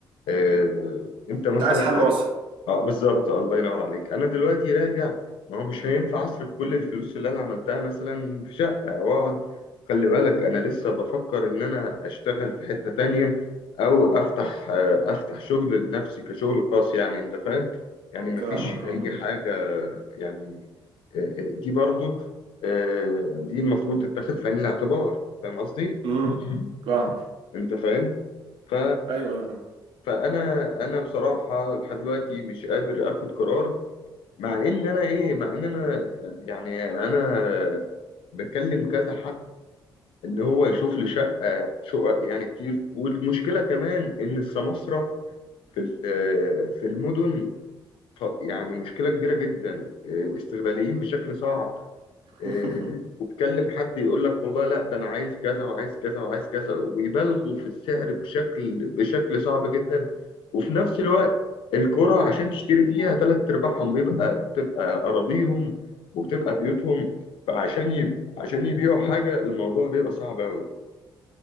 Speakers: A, on the left; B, on the right.
A: آه، انت مثلا
B: انت عايز حل وسط
A: اه بالظبط الله ينور عليك انا دلوقتي راجع ما هو مش هينفع اصرف كل الفلوس اللي انا عملتها مثلا في شقه واقعد خلي بالك انا لسه بفكر ان انا اشتغل في حته تانية او افتح آه، افتح شغل لنفسي كشغل خاص يعني انت فاهم يعني ما
B: فاهمك
A: فيش اي
B: اه
A: حاجه يعني آه، آه، دي برضو آه، دي المفروض تتاخد في عين الاعتبار فاهم قصدي
B: امم
A: <laughs>
B: فاهمك
A: انت فاهم ف
B: ايوه ايوه فاهم
A: فانا انا بصراحه لحد دلوقتي مش قادر اخد قرار مع ان انا ايه مع ان انا يعني انا بكلم كذا حد ان هو يشوف لي شقه شقق يعني كتير والمشكله كمان ان السماسره في ال- في المدن ط- يعني مشكله كبيره جدا آه، استغلاليين بشكل صعب
B: <laughs>
A: آه، وتكلم حد يقول لك والله لا ده انا عايز كذا وعايز كذا وعايز كذا وبيبالغوا في السعر بشكل بشكل صعب جدا وفي نفس الوقت الكرة عشان تشتري فيها تلات ارباعهم بيبقى بتبقى اراضيهم وبتبقى بيوتهم فعشان يب... عشان يبيعوا حاجة الموضوع بيبقى صعب قوي